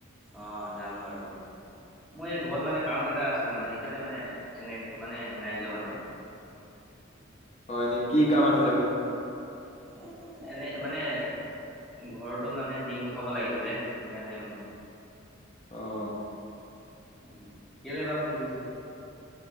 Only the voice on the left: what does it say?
অ এনেই কি কাম আছিলে বা?
অহ।